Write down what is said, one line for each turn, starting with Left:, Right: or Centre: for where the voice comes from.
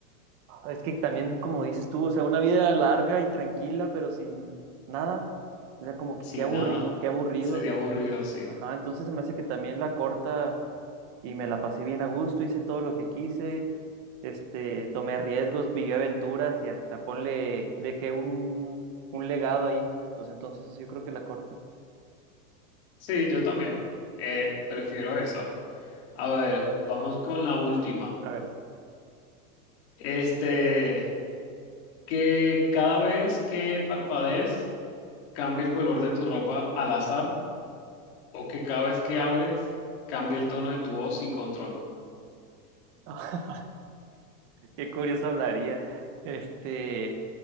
Right: Es que también, como dices tú, o sea, una vida larga y tranquila, pero sin nada. O sea, como que
Left: Sin
Right: qué aburri-
Left: nada,
Right: qué aburrido.
Left: sería aburrido, sí.
Right: Ajá, entonces se me hace que también la corta y me la pasé bien a gusto, hice todo lo que quise, este, tomé riesgos, viví aventuras y hasta ponle, dejé un, un legado ahí. Pues entonces yo creo que la corta.
Left: Sí, yo también. Eh, prefiero eso. A ver, vamos con la última.
Right: A ver,
Left: Este, que cada vez que parpadees cambie el color de tu ropa al azar o que cada vez que hables cambie el tono de tu voz sin control.
Right: <laughs> Qué curioso hablaría. Este,